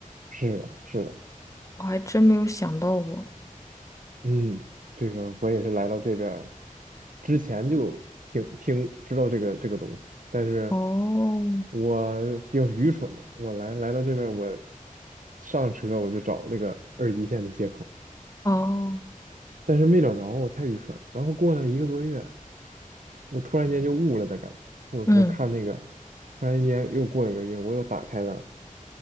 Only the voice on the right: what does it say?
是的，是的，
嗯，这个我也是来到这边儿之前就听听知道这个这个东西，但是
我比较愚蠢的，我来来到这边儿我上车我就找这个耳机线的接口。
但是没找着，我太愚蠢了然后过了一个多月，我突然间就悟了的感觉，或者说看那个，
突然间又过了一个月，我又打开了